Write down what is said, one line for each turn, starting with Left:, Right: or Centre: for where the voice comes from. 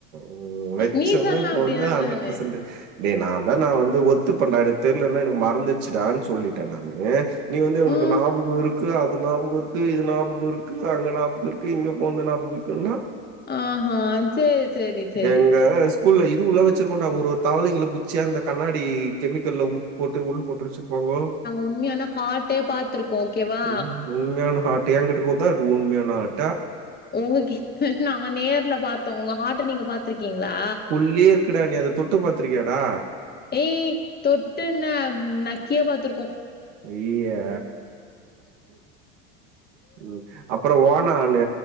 Right: உஉஉ வேத்
Left: நீ
Right: சொன்ன
Left: சொல்லா
Right: இப்ப
Left: அப்டின்னா
Right: வந்தா
Left: என்னானு
Right: ஹண்டரட் பர்சன்டு ஏ நா தா நா வந்து ஒத்துப்பெண்டா எனக்கு தெர்லென்னா எனக்கு மறந்துச்சுடான்னு சொல்லிட்டே நானு நீ வந்து எங்களுக்கு
Left: ம்
Right: ஞாபகோ இருக் கு அது ஞாபகோ இருக்கு இது ஞாபகோ இருக்கு அங்க ஞாபகோ இருக்கு இங்க போந்தா ஞாபகோ இருக்குன்னா
Left: ஆ ஆ செரி செரி செரி
Right: எங்க ஸ்கூல்ல இது உள்ள வச்சிருக்கோண்டா ஒரு தவளைங்கள புட்ச்சி அந்த கண்ணாடி கெமிக்கல்ல உப்பு போட்டு உள் போட்டு வெச்சிருப்பாங்கோ
Left: உண்மையானா ஹார்ட்டே பாத்துருக்கோ ஓகேவா
Right: ம் உண்மையான ஹாட்ர்டு என்கிட்ட கூடதா இருக்கு உண்மையான ஹாட்ர்டு
Left: உங்க கிட்ட நாங்க நேர்ல பாத்தோ ஒங்க ஹார்ட்ட நீங்க பாத்துருக்கீங்களா
Right: உள்ளே இருக்குடா நீ அதத் தொட் டு பாத்திருக்கியாடா
Left: ஏய் தொட்டு என்னா நக்கியே பாத்துருக்கோ
Right: அய் ஏ உம் அப்றோ ஓனானு